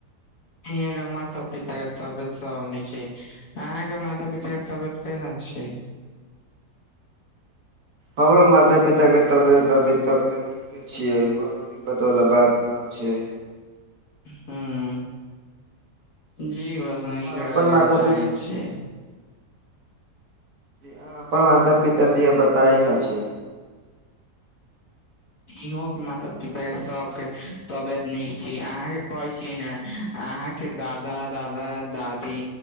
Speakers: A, on the left; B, on the right.
A: यहाँ के माता पिता के तबियत सब निक छै। अहाँ के माता पिता के तबियत कैहन छै?
B: हमरो माता पिता के तबियत अभी तक तऽ नीके छियै कोनो दिक्क त बाला बात न छै।
A: हं जी ब नीक
B: अहाँ
A: रहे
B: अपन माता
A: के चाहें छियै।
B: अहाॅं अपन मात पिता दीया बताई न छी।
A: इहों के माता पिता के सबके तबियत नीक छी अहाँके कहै छियै ने अहाँके दादा, दादा, दादी,